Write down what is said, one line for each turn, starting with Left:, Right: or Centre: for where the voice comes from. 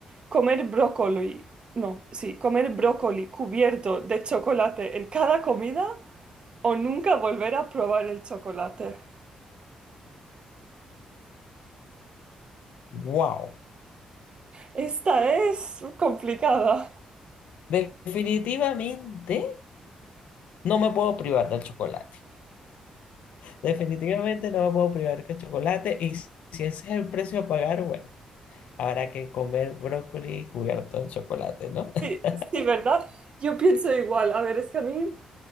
Right: comer brócoli, no, sí, comer brócoli cubierto de chocolate en cada comida o nunca volver a probar el chocolate.
Left: ¡Wow!
Right: Esta es complicada.
Left: Definitivamente no me puedo privar del chocolate. Definitivamente no me puedo privar del chocolate. Y s- si ese es el precio a pagar, bueno, habrá que comer brócoli cubierto en chocolate, ¿no? <laughs>
Right: Sí, sí, ¿verdad? Yo pienso igual. A ver, es que a mí